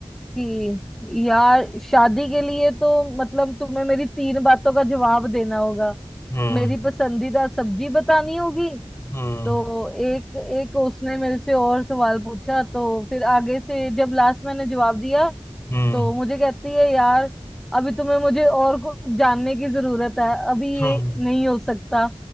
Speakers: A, in the centre; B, on the left.
A: कि यार शादी के लिए तो मतलब तुम्हें मेरी तीन बातों का जवाब देना होगा
B: हम्म
A: मेरी पसंदीदा सब्जी बतानी होगी
B: हम्म
A: तो एक एक उसने मेरे से और सवाल पूछा तो फिर आगे से जब लास्ट मैंने जवाब दिया
B: हम्म
A: तो मुझे कहती है यार अभी तुम्हें मुझे और को जानने की जरूरत है अभी
B: हम्म,
A: ये नहीं हो सकता